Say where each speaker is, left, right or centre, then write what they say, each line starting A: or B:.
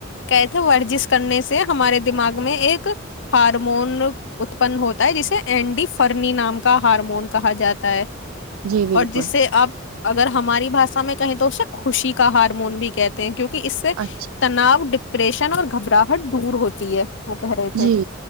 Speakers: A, on the left; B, on the right.
A: کہے تھے ورزش کرنے سے ہمارے دماغ میں ایک ہارمون اتپن ہوتا ہے جسے اینڈی فرنی نام کا ہارمون کہا جاتا ہے
B: جی بالکل
A: اور جس سے آپ اگر ہماری بھاشا میں کہیں تو اسے خوشی کا ہارمون بھی کہتے ہیں کیونکہ کہ اس سے
B: اچھا
A: تناؤ ڈیپریشن اور گھبراہٹ دور ہوتی ہے وہ کہہ رہے تھے
B: جی